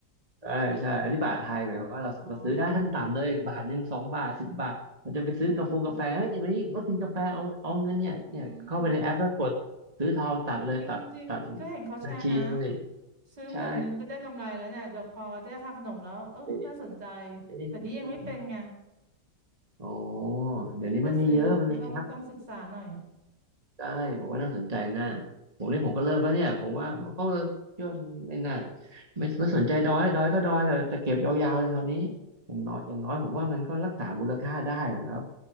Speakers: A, on the right; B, on the right.
A: ใช่ใช่อันนี้บาทไทยหมายความว่าเราเราซื้อได้ขั้นต่ำเลยบาทหนึ่งสองบาทสิบบาทเราจะไปซื้อกาแฟงกาแฟเฮ้ยวันนี้งดกินกาแฟเอาเอาเงินเนี่ยเนี่ยเข้าไปในแอปแล้วกดซื้อทองตัดเลยตัดตัด
B: อ๋ออืมอืมจริงๆก็เห็นเขาแชร์นะ
A: บัญชีเลย
B: ซื้อหมื่นหนึ่งก็ได้กำไรแล้วเนี่ยเดี๋ยวพอได้ค่าขนมแล้วเออน่าสนใจ
A: ใช่เอ๊ะเอ๊ะเอ๊ะ
B: แต่นี้ยังไม่เป็นไง
A: อ๋อเดี๋ยวนี้มันมีเยอะมันมีแอป
B: ถ้าจะซื้อต้องต้องศึกษาหน่อย
A: ได้ผมว่าน่าสนใจน่าผมเนี่ยผมก็เริ่มแล้วเนี่ยผมว่าผมก็เยคิไม่น่าไม่ไม่สนใจดอยดอยก็ดอยแต่จะเก็บยาวๆเลยคราวนี้อย่างน้อยอย่างน้อยผมว่ามันก็รักษามูลค่าได้นะครับ